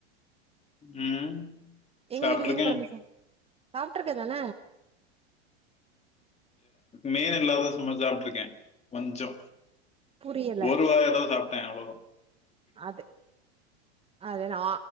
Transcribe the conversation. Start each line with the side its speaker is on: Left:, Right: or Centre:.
Left: ம்
Right: எங்க
Left: சாப்பிட்டுருக்கேன்.
Right: வீட்டு மீன் கொழம்பு சாப் சாப்ட்ருக்க தான
Left: மீன் இல்லாத சமச் சாப்ட்ருக்கே கொஞ்சோ
Right: புரியல
Left: ஒரு வாயாவது சாப் ட்ட அவ்ளோதா
Right: அது அது நா